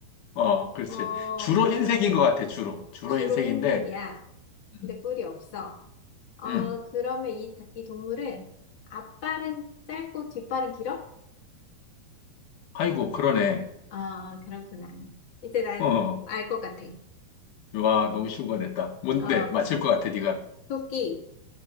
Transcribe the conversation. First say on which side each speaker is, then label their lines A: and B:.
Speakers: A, on the left; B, on the left.
A: 어, 그렇지.
B: 어,
A: 주로 흰색인 것 같아, 주로. 주로
B: 주로
A: 흰색인데,
B: 흰색이야.
A: 음,
B: 근데 뿔이 없어. 어,
A: 음.
B: 그러면 이, 이 동물은 앞발은 짧고 뒷발은 길어?
A: 아이고, 그러네.
B: 어, 그렇구나. 이제 난
A: 어,
B: 알 것 같아.
A: 와, 너무 쉬운 거 냈다. 뭔데?
B: 어,
A: 맞힐 것 같아, 네가.
B: 토끼.